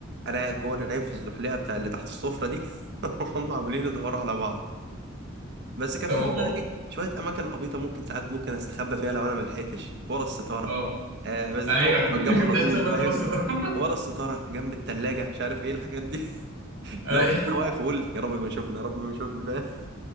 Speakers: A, on the right (about 55°); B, on the right (about 85°).
A: انا قاعد جوه انا نايم في الزحليقه بتاع اللي تحت السفره دي <laughs> هم عاملين يدوروا على بعض بس كان
B: طب
A: في بقى
B: أوه.
A: ايه شويه اماكن عبيطه ممكن ساعات ممكن استخبى فيها لو انا ملحقتش ورا الستاره
B: اه
A: آه بس دي
B: ايوه
A: طبعا كنت
B: <laughs>
A: بتجاب على
B: كنت
A: طول
B: لسه باكل
A: فاهم
B: راسه ده
A: ورا الستاره جنب التلاجة مش عارف ايه الحاجات دي <laughs>
B: أيوة.
A: لو انا واقف اقول يا رب ما يشوفني يا رب ما يشوفني فاهم